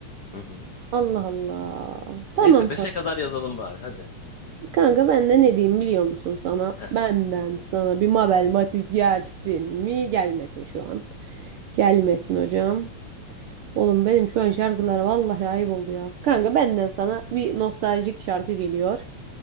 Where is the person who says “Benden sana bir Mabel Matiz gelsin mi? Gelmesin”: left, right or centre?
Right